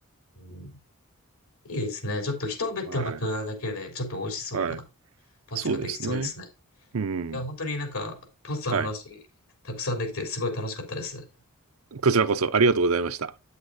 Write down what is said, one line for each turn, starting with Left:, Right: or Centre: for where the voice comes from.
Left: うん。いいですね。ちょっと一目って巻くだけで、
Right: は
Left: ちょっと美味しそうな
Right: い。はい。
Left: パスタができそうですね。
Right: そうですね。うん。
Left: いや、本当になんか、パスタの話、
Right: はい。
Left: たくさんできて、すごい楽しかったです。
Right: こちらこそありがとうございました。